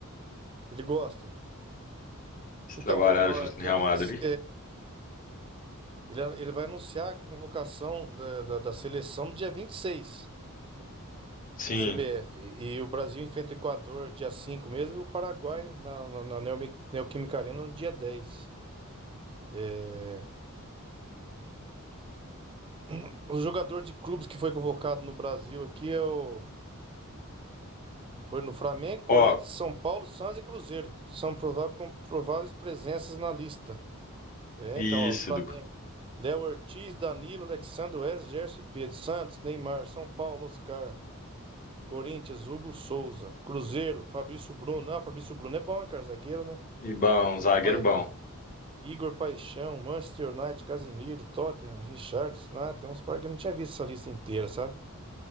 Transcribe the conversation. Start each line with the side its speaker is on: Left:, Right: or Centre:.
Right: Ele gosta.
Left: Eles
Right: Então,
Left: trabalharam
Right: ó,
Left: junto
Right: ó, dia
Left: no Real
Right: 20,
Left: Madrid.
Right: Ele, ele vai anunciar a convocação da, da, da seleção no dia 26
Left: Sim,
Right: na CBF. E, e o Brasil enfrenta o Equador dia 5 mesmo, e o Paraguai na, na, na Neomi- Neoquímica Arena no dia 10. É, <clears throat> O jogador de clubes que foi convocado no Brasil aqui é o... foi no Flamengo, Corinthians,
Left: ó,
Right: São Paulo, Santos e Cruzeiro. São prováveis, com prováveis presenças na lista. É,
Left: isso,
Right: então, ó, Flamengo.
Left: do,
Right: Léo Ortiz, Danilo, Alexandre Welles, Gerson e Pedro. Santos, Neymar, São Paulo, Oscar. Corinthians, Hugo Souza. Cruzeiro, Fabrício Bruno. Ah, Fabrício Bruno é bom, hein, cara? Zagueiro, né?
Left: e bom, um zagueiro
Right: Feyenoord,
Left: bom.
Right: Igor Paixão, Manchester United, Casemiro, Tottenham, Richarlison. Ah, tem uns par que eu não tinha visto essa lista inteira, sabe?